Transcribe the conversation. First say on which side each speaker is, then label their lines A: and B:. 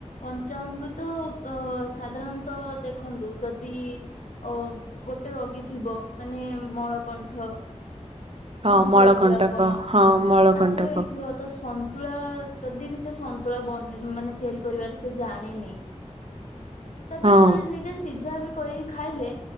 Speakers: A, on the left; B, on the right.
A: କଞ୍ଚା ଅମୃତ ଅ ସାଧାରଣତଃ ଦେଖନ୍ତୁ ଯଦି ଅ ଗୋଟେ ରୋଗୀ ଥିବ ମାନେ ମଳକଣ୍ଠ
B: ହଁ
A: ବୁଝିପାରୁଥିବେ
B: ମଳକଣ୍ଟକ
A: ଆପଣ
B: ହଁ ମଳକଣ୍ଟକ
A: ତାକୁ ହେଇଥିବ ତ ସନ୍ତୁଳା ଯଦି ବି ସେ ସନ୍ତୁଳା ବନେ ମାନେ ତିଆରି କରିବାରେ ସେ ଜାଣିନି ତେବେ
B: ହଁ
A: ସେ ନିଜେ ଯ ବି କରିକି ଖାଇଲେ